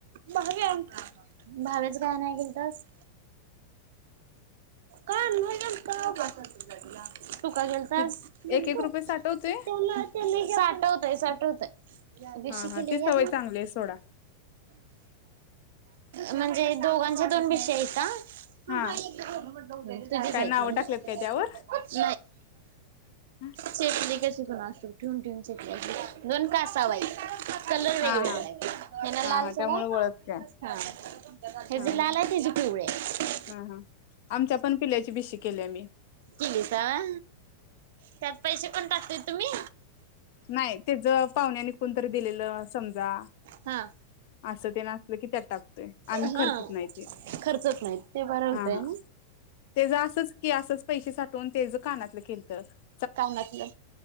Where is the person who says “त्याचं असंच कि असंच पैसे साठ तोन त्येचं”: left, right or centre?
Left